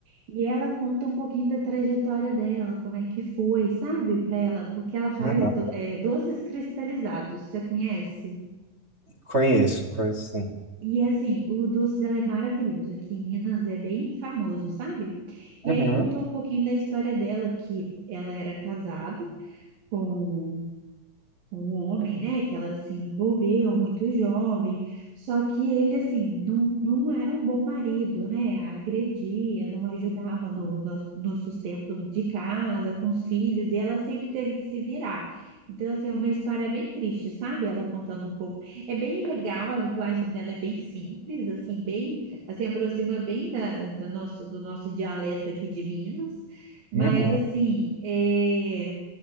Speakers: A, on the right; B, on the right.
A: E ela conta um pouquinho da trajetória dela, como é que foi, sabe, para ela, porque ela faz
B: aham.
A: do- eh, doces cristalizados. Você conhece?
B: Conheço, conheço sim.
A: E assim, o doce dela é maravilhoso. Aqui em Minas é bem famoso, sabe? E
B: Uhum,
A: aí contou um pouquinho da história dela, que ela era casada com um homem, né, que ela se envolveu muito jovem, só que ele, assim, não, não era um bom marido, né, agredia, não ajudava no, no, no sustento de casa, com os filhos, e ela sempre teve que se virar. Então, assim, é uma história bem triste, sabe? Ela contando um pouco. É bem legal, a linguagem dela é bem simples, assim, bem, assim, aproxima bem da, do nosso, do nosso dialeto aqui de Minas. Mas,
B: uhum.
A: assim, é